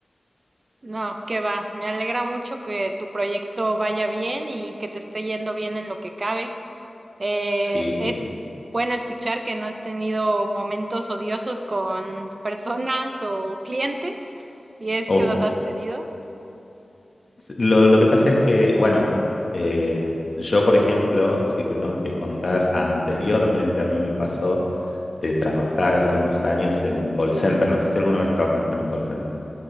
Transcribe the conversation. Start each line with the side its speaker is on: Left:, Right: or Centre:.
Right: No, que va. Me alegra mucho que tu proyecto vaya bien y que te esté yendo bien en lo que cabe. Eh,
Left: Sí, sí,
Right: es
Left: sí.
Right: bueno escuchar que no has tenido momentos odiosos con personas o clientes, si es
Left: Uf,
Right: que los has tenido.
Left: Lo, lo que pasa es que, bueno, eh, yo, por ejemplo, si te tengo que contar, anteriormente a mí me pasó de trabajar hace unos años en un call center. No sé si alguna vez trabajaste en un call center.